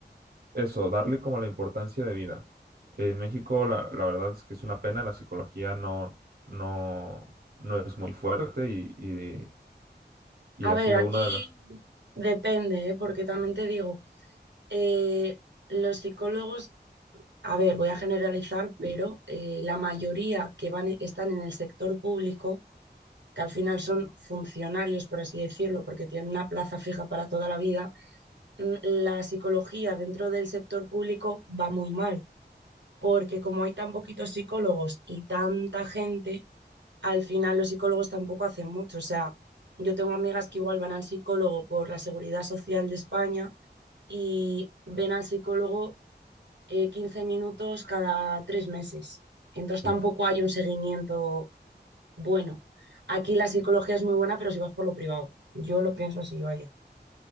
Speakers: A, on the right; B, on the right.
A: eso, darle como la importancia de vida. En México, la, la verdad es que es una pena, la psicología no, no, no es muy fuerte y, y, y
B: A
A: ha
B: ver,
A: sido
B: aquí
A: una de las...
B: depende, ¿eh? porque también te digo, eh, los psicólogos A ver, voy a generalizar, pero eh, la mayoría que van, están en el sector público, que al final son funcionarios, por así decirlo, porque tienen una plaza fija para toda la vida, mm, la psicología dentro del sector público va muy mal, porque como hay tan poquitos psicólogos y tanta gente, al final los psicólogos tampoco hacen mucho. O sea, yo tengo amigas que igual van al psicólogo por la Seguridad Social de España y ven al psicólogo eh, 15 minutos cada tres meses. Entonces
A: Uf,
B: tampoco hay un seguimiento bueno. Aquí la psicología es muy buena, pero si vas por lo privado. Yo lo pienso así, vaya.